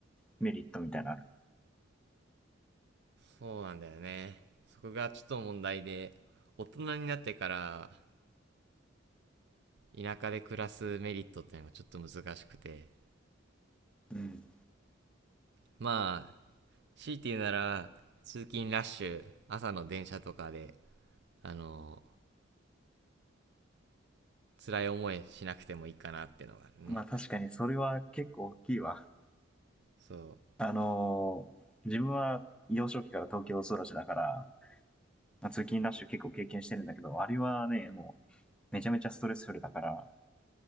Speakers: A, in the centre; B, on the right.
A: メリットみたいなのある。
B: そうなんだよね。そこがちょっと問題で、大人になってから、田舎で暮らすメリットっていうのがちょっと難しくて。
A: うん。
B: まあ、強いて言うなら、通勤ラッシュ、朝の電車とかで、あの、辛い思いしなくてもいいかなってのがあるね。
A: まあ確かにそれは結構大きいわ。
B: そ
A: あのー自分は幼少期から東京育ちだから、まあ通勤ラッシュ結構経験してるんだけど、あれはね、もうめちゃめちゃストレスフルだから、